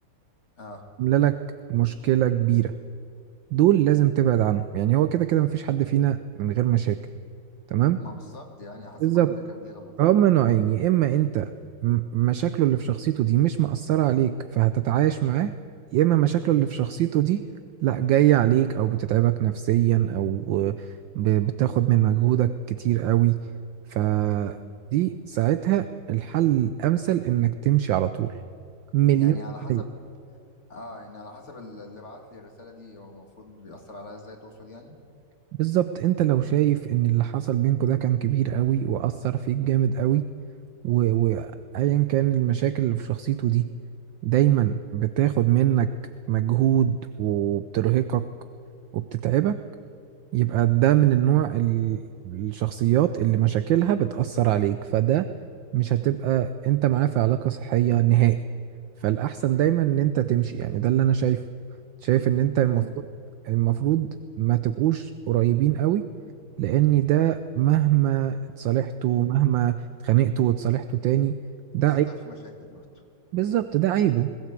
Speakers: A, on the left; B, on the right.
A: آه
B: عامله لك مشكله كبيره دول لازم تبعد عنهم يعني هو كده كده مفيش حد فينا من غير مشاكل تمام
A: ما بالظبط يعني حاسس
B: بالظبط
A: كله كده كده بيغلط
B: هما
A: يعني
B: نوعين يا اما انت م- مشاكله اللي في شخصيته دي مش مأثرة عليك فهتتعايش معاه يا اما مشاكله اللي في شخصيته دي لا جاية عليك او بتتعبك نفسيا او ب- بتاخد من مجهودك كتير قوي فدي
A: مم.
B: ساعتها الحل الامثل انك تمشي على طول مليون
A: يعني على حسب
B: بالمية.
A: آه يعني على حسب ال- اللي بعت لي الرسالة دي هو المفروض بيأثر عليا إزاي تقصد يعني
B: بالظبط انت لو شايف ان اللي حصل بينكوا ده كان كبير قوي واثر فيك جامد قوي و- وايا كان المشاكل اللي في شخصيته دي دايما بتاخد منك مجهود وبترهقك وبتتعبك يبقى ده من النوع ال- الشخصيات اللي مشاكلها بتأثر عليك فده مش
A: مم.
B: هتبقى انت معاه في علاقة صحية نهائي فالأحسن دايما ان انت تمشي يعني ده اللي انا شايفه شايف ان انت المفروض
A: يعني
B: المفروض ما تبقوش قريبين قوي لان ده مهما اتصالحتوا مهما اتخانقتوا واتصالحتوا تاني ده
A: هيفضل
B: عيب
A: في مشاكل برضه
B: بالظبط ده عيبه